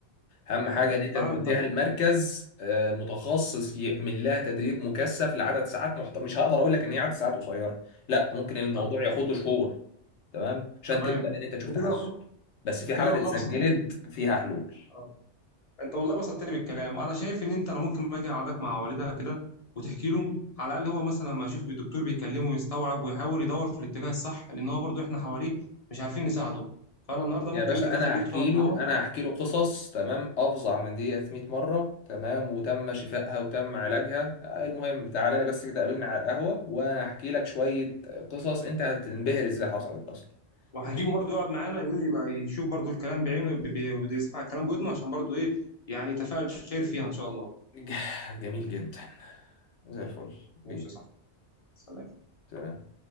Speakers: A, on the left; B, on the left.
A: اهم حاجه
B: تمام
A: ان انت
B: فاهم
A: توديها
B: طب
A: لمركز آه، متخصص يعمل لها تدريب مكثف لعدد ساعات محت... مش هقدر اقول لك ان هي عدد ساعات قصيره لا ممكن الموضوع
B: طب
A: ياخد له شهور تمام عشان
B: تمام
A: تبدا ان انت تشوف
B: انت
A: تحسن
B: كده
A: بس في
B: كده
A: حالات
B: والله
A: اتسجلت
B: بسطتني
A: فيها حلول
B: آه. انت والله بسطتني بالكلام انا شايف ان انت انا ممكن ما اجي اقعدك مع والدها كده وتحكي له على الاقل هو مثلا لما يشوف الدكتور بيكلمه ويستوعب ويحاول يدور في الاتجاه الصح لان هو برضو احنا حواليه مش عارفين نساعده فانا النهارده ممكن
A: يا باشا
B: كده
A: انا
B: اخليك
A: هحكي
B: تقعد معاه
A: له انا هحكي له قصص تمام افظع من دي 100 مره تمام وتم شفائها وتم علاجها آه، المهم تعالى لي بس كده قابلني على القهوه وانا هحكي لك شويه قصص انت هتنبهر ازاي حصلت اصلا
B: وهجيبه
A: ماشي
B: برضه يقعد معانا ايه يبقى يشوف برضه الكلام بعينه بي- بي- بيسمع الكلام بودنه عشان برضه ايه يعني يتفاعل خير فيها ان شاء الله
A: ج- جميل جدا زي الفل بيه
B: ماشي يا صاحبي سلام
A: سلام